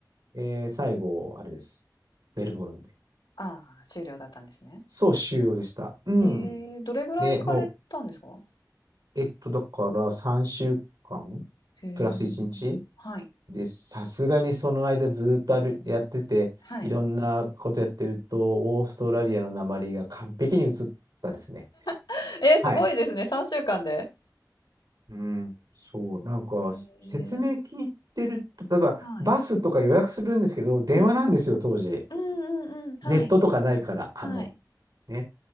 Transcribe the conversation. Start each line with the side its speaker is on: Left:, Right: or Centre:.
Right: えー最後、あれです。メルボルンで。
Left: ああ、終了だったんですね。
Right: そう、終了でした。うん。
Left: ええ、どれぐらい行かれたんですか
Right: ね、もう、えっと、だから3週間
Left: へえ。
Right: プラス1日
Left: はい、
Right: で、さすがにその間ずっとあるやってて、
Left: はい。
Right: いろんなことやってると、オーストラリアの訛りが完璧に移ったですね。
Left: <laughs> えー、すごいですね。
Right: はい。
Left: 3週間で。
Right: うん、そう、なんか、
Left: ええ、
Right: 説明聞いてると、例えば、
Left: あ、はい、
Right: バスとか予約するんですけど、電話なんですよ、
Left: うんうん、
Right: 当時。
Left: うんうんうん、はい、
Right: ネットとかないから、あの、
Left: はい、
Right: ね、